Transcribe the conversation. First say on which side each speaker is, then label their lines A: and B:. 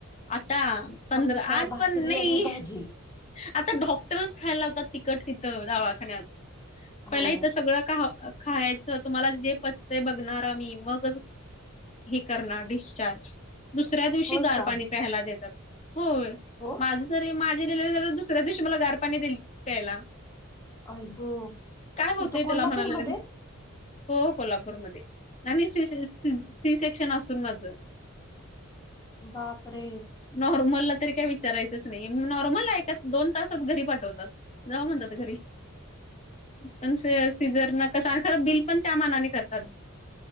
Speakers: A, on the left; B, on the left.
A: आता पंधरा
B: फक्त
A: आठ
B: भाकरी
A: पण नाही
B: आणि भाजी
A: आता डॉक्टरच खायला लावतात तिकट तिथं दवाखान्यात. पहिला
B: हो
A: इथं सगळं ख खायचं तुम्हाला जे पचतय बघणार आम्ही मगच हे करणार डिस्चार्ज. दुसऱ्या दिवशी
B: होय
A: गार
B: का
A: पाणी प्यायला देतात. हो
B: हो
A: माझ तरी मा झ डिलिव्हरी झाली दुसऱ्या दिवशी मला गार पाणी दिलतीत प्यायला.
B: आई गो
A: काय होतंय
B: तिथ
A: त्याला
B: कोल्हापूरमध्ये?
A: म्हणायला लागलेत हो कोल्हापूरमध्ये आणि सी सी सेक्शन असून माझ. <inaudible>
B: बापरे.
A: नॉर्मलला तरी काही विचारायचंच नाही नॉर्मलला एका दोन तासात घरी पाठवतात. जावा म्हणतात घरी. पण सीझर न कस आणि खरं बिल पण त्या मानाने करतात.